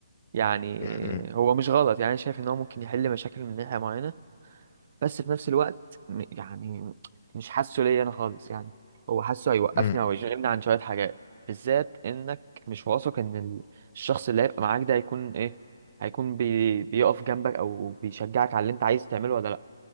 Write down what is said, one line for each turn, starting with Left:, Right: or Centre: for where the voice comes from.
Right: يعني
Left: م- م.
Right: هو مش غلط يعني انا شايف ان هو ممكن يحل مشاكل من ناحية معينة بس في نفس الوقت م- يعني مش حاسه ليا انا خالص يعني هو حاسه هيوقفني
Left: امم
Right: او يشغلني عن شوية حاجات بالذات انك مش واثق ان ال- الشخص اللي هيبقى معاك ده هيكون ايه هيكون بي... بيقف جنبك او بيشجعك على اللي انت عايز تعمله ولا لا